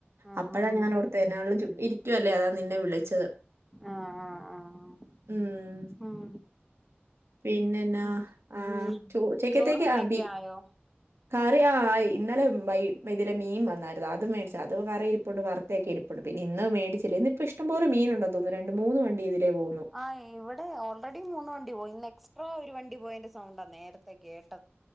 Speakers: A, in the centre; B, on the right.
A: ആഹ്
B: അപ്പോഴാ
A: ആഹ് ആഹ്
B: ഞാൻ ഓർത്തത് എണ്ണേലും ചുമ്മാ ഇരിക്കുവല്ലേ അതാ നിന്നെ വിളിച്ചത്.
A: ആഹ് ആഹ്
B: ഉം.....
A: ഉം
B: പിന്നെയെന്ന
A: ഉം
B: ആ ഉച്ചത്തേക്ക്
A: ചോറും കറിയൊക്കെ
B: ആയി
A: ആയോ
B: അതെ ആയി ഇന്നലെ വൈകിട്ടുത്തിലെ മീൻ വന്നായിരുന്നു. അതു മേടിച്ചത് അത് കറി ഇരിപ്പുണ്ട് വറുത്തൊക്കെ ഇരിപ്പുണ്ട്. പിന്നെ ഇന്നു മേടിച്ചില്ല ഇന്നപ്പോ ഇഷ്ടംപോലെ മീനുണ്ടോ തോന്നുന്നു. രണ്ട് മൂന്ന് വണ്ടി ഇതിലേ പോകുന്നു
A: ആ ഇവിടെ ഓൾറെഡി മൂന്ന് വണ്ടി പോയി നെക്സ്റ്റ് ഇപ്പോ ഒരു വണ്ടി പോയന്റെ സൗണ്ടാ നേരത്തെ കേട്ടേ